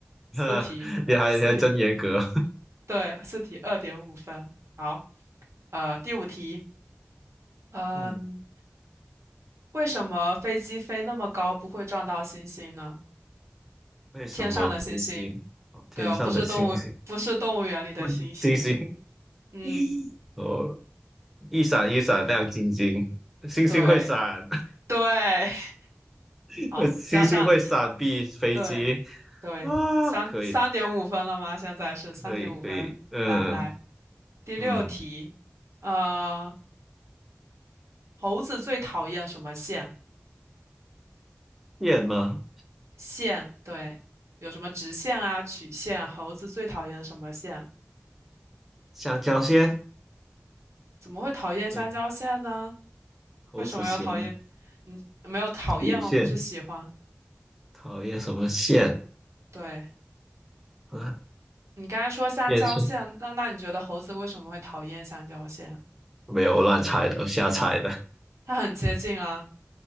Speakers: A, on the right (about 80°); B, in the centre.
A: 四题，
B: <laughs> 你还你还真严格，
A: 四题，对，四题二点五分。好，呃，第五题，嗯，
B: 嗯。
A: 为什么飞机飞那么高不会撞到星星呢？
B: 为什么飞机？
A: 天上的星星。
B: 哦天上的星星，
A: 对哦，不是动物，不是动物园里的猩猩。
B: 嗯星星，
A: 嗯，
B: <laughs> 哦，一闪一闪亮晶晶，星星会闪，
A: 对对，<laughs>
B: <laughs>
A: 好，
B: 星星会闪避飞机
A: 加上对对，
B: 啊！
A: 三三点五分了吗？
B: 可以，
A: 现在是三点五分。
B: 可以，可以，嗯
A: 来来，第六题，
B: 嗯，
A: 呃，猴子最讨厌什么线？
B: 燕吗？
A: 线，对，有什么直线啊、曲线？猴子最讨厌什么线？
B: 香蕉线，
A: 怎么会讨厌香蕉线呢？
B: 对，猴子喜欢
A: 为什么要讨厌？嗯，没有讨厌哦，
B: 曲线，
A: 不是喜欢。
B: 讨厌什么线
A: 对。
B: 啊？
A: 你刚才说香蕉线，
B: 电线
A: 那那你觉得猴子为什么会讨厌香蕉线？
B: 没有我乱猜的，我瞎猜的，
A: 它很接近啊，